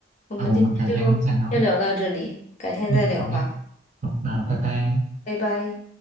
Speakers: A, on the left; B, on the right.
A: 我们今天就先聊到这里，
B: 那我们改天再聊。
A: 改天再聊吧，
B: 嗯，好嘞。好，那拜拜。
A: 拜拜。